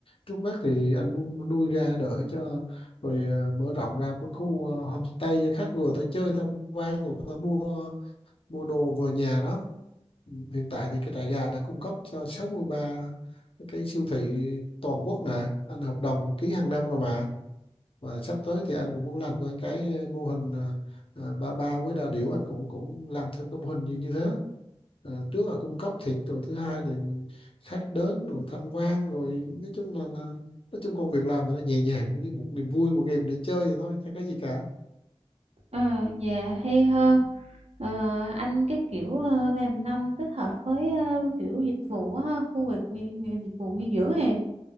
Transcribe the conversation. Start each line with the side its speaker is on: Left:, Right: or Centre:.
Left: trước mắt thì anh muốn nuôi ra đợi cho rồi ờ, mở rộng ra cái khu ờ, homestay cho khách vừa tới chơi tham quan rồi có thể mua mua đồ về nhà đó Ừ, hiện tại thì cái trại gà đã cung cấp cho 63 cái siêu thị toàn quốc nè anh hợp đồng ký hàng năm rồi mà và sắp tới thì anh cũng muốn làm cái cái ờ, mô hình à, à, ba ba với đà điểu anh cũng cũng làm theo cái mô hình như như thế À, trước là cung cấp thịt rồi thứ hai thì khách đến rồi tham quan rồi nói chung là, là nói chung công việc làm thì nó nhẹ nhàng giống như một niềm vui một game để chơi vậy thôi chẳng có gì cả
Right: Ờ, dạ hay ho. Ờ, anh cái kiểu ờ, làm nông kết hợp với ờ, kiểu dịch vụ á ha, khu vực nghỉ, nghỉ, dịch vụ nghỉ dưỡng này.